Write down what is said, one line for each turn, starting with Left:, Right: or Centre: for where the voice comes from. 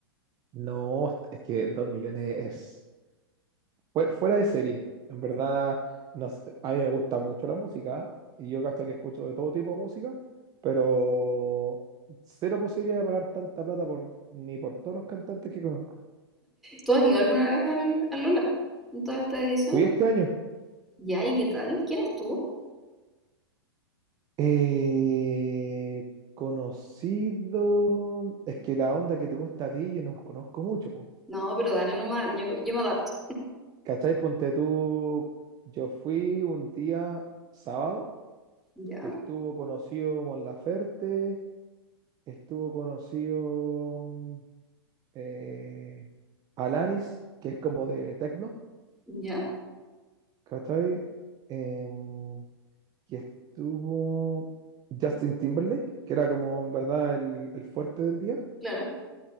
Right: No, es que 2 millones es... Fue- Fuera de serie, en verdad, no sé, a mí me gusta mucho la música y yo hasta que escucho de todo tipo de música, pero cero posibilidad de pagar tanta plata por, ni por todos los cantantes que conozco.
Centre: ¿Tú has ido alguna vez al, al Lola en todas estas ediciones?
Right: Fui este año.
Centre: Ya, ¿y qué tal? ¿Quién estuvo?
Right: eh, conocido. Es que la onda que te gusta a ti, yo no conozco mucho. po.
Centre: No, pero dale nomás, yo, yo me adapto.
Right: ¿Cachai? Ponte tú. Yo fui un día sábado
Centre: Ya,
Right: que estuvo conocido Mon Laferte, estuvo conocido. mm, eh, Alanis, que es como de techno,
Centre: ya,
Right: ¿cachai? Em, y estuvo Justin Timberlake, que era como en verdad el, el fuerte del día.
Centre: claro.